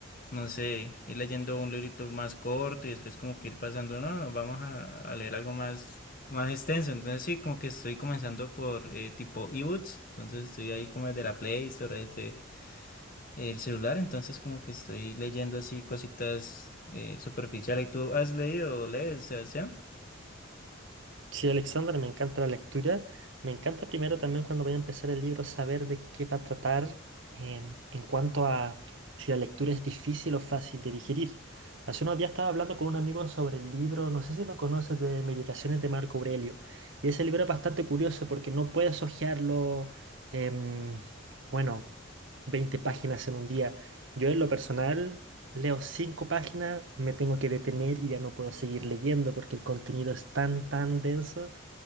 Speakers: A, on the left (about 40°); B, on the right (about 65°).
A: no sé, ir leyendo un librito más corto y después como que ir pasando, no, vamos a, a leer algo más, más extenso, entonces sí, como que estoy comenzando por eh, tipo ebooks, entonces estoy ahí como desde la Play Store, desde el celular, entonces como que estoy leyendo así cositas eh, superficiales, ¿y tú has leído o lees, Sebastián?
B: Sí, Alexander, me encanta la lectura. Me encanta primero también cuando voy a empezar el libro saber de qué va a tratar em, en cuanto a si la lectura es difícil o fácil de digerir. Hace unos días estaba hablando con un amigo sobre el libro, no sé si lo conoces, de Meditaciones de Marco Aurelio. Y ese libro es bastante curioso porque no puedes hojearlo, em, bueno, 20 páginas en un día. Yo en lo personal Leo cinco páginas, me tengo que detener y ya no puedo seguir leyendo porque el contenido es tan, tan denso